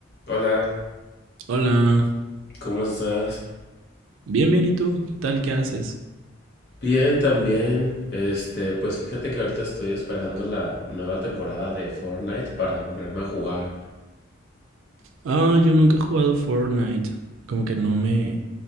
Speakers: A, on the left (about 50°); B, on the right (about 75°).
A: Hola,
B: Hola,
A: ¿cómo estás?
B: bien, bien, ¿y tú? ¿Qué tal? ¿Qué haces?
A: Bien, también. Este, pues fíjate que ahorita estoy esperando la nueva temporada de Fortnite para ponerme a jugar.
B: Ah, yo nunca he jugado Fortnite. Como que no me...